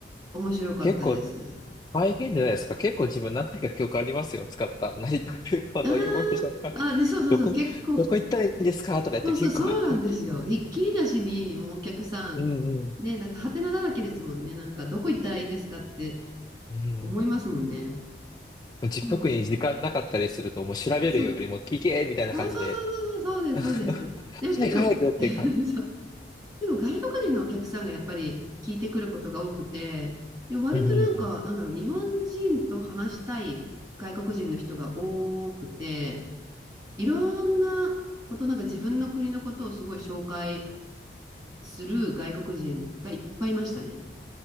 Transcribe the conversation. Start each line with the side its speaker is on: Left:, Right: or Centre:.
Right: 面白かったです。
Left: 結構大変じゃないですか結構自分何回か記憶ありますよ。使った <laughs> 成田空港のインフォメーションが。
Right: ああ、あ、ね、そうそうそう、
Left: どこ、
Right: 結構、
Left: どこ行ったらいいんですかとか言って結構
Right: そうそう、そうなんですよ。
Left: <laughs>
Right: ひっきりなしに、もうお客さん、
Left: うんうん。
Right: ね、だって、ハテナだらけですもんね。なんか、どこ行ったらいいんですかって
Left: うん
Right: 思いますもんね。
Left: じ特に時間なかったりすると、
Right: そう、
Left: もう調べるよりも聞けみたいな感じで、
Right: そう、そうそうそうそう、そうです、
Left: <laughs>
Right: そうです。でも結構、
Left: 早く早くっていくか。
Right: <laughs> そうでも外国人のお客さんがやっぱり聞いてくることが多くて、で、割となんか、
Left: うんうん。
Right: なんだろう、日本人と話したい外国人の人が多くて、いろんなこと、なんか自分の国のことをすごい紹介する外国人がいっぱいいましたね。